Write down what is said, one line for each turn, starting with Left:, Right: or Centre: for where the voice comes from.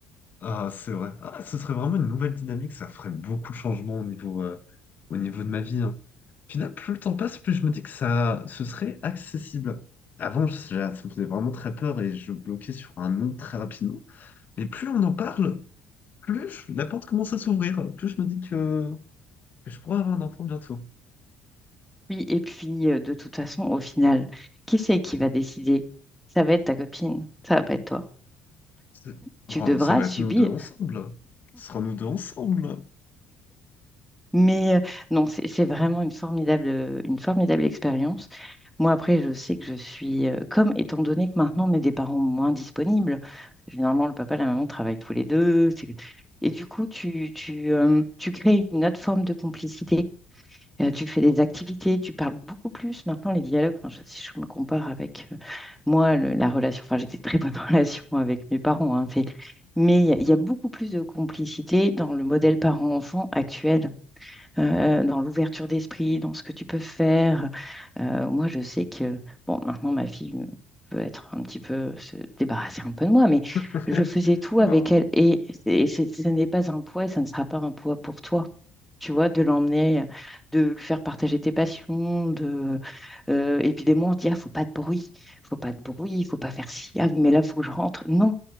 Left: Ah, c'est vrai. Ah, ce serait vraiment une nouvelle dynamique, ça ferait beaucoup de changements au niveau, euh, au niveau de ma vie. hein. Puis là, plus le temps passe, plus je me dis que ça, ce serait accessible. Avant, je- ça me faisait vraiment très peur et je bloquais sur un nom très rapidement. Mais plus on en parle, plus je- la porte commence à s'ouvrir, plus je me dis que, que je pourrais avoir un enfant bientôt.
Centre: Oui, et puis euh, de toute façon, au final, qui c'est qui va décider? Ça va être ta copine, ça va pas être toi.
Left: C'est-
Centre: Tu
Left: Oh,
Centre: devras
Left: ça va
Centre: subir.
Left: être nous deux ensemble. Ce sera nous deux ensemble.
Centre: Mais euh, non, c'est c'est vraiment une formidable, euh, une formidable expérience. Moi, après, je sais que je suis euh, comme, étant donné que maintenant on est des parents moins disponibles, généralement le papa et la maman travaillent tous les deux. c'est- Et du coup, tu, tu, euh, tu crées une autre forme de complicité Euh, tu fais des activités, tu parles beaucoup plus. Maintenant, les dialogues, enfin, je- si je me compare avec euh, moi, le- la relation, enfin, j'étais très bonne <laughs> relation avec mes parents, hein, c'est- mais il y, a il y a beaucoup plus de complicité dans le modèle parent-enfant actuel, euh, dans l'ouverture d'esprit, dans ce que tu peux faire. Euh, moi, je sais que, bon, maintenant, ma fille peut être un petit peu, se débarrasser un peu de moi, mais
Left: <laughs>
Centre: je faisais tout
Left: Bah.
Centre: avec elle et, et c'est- ce n'est pas un poids et ça ne sera pas un poids pour toi tu vois, de l'emmener, euh, de lui faire partager tes passions, de euh, évidemment on se dit ah faut pas de bruit, faut pas de bruit, faut pas faire ci, ah oui, mais là faut que je rentre. Non,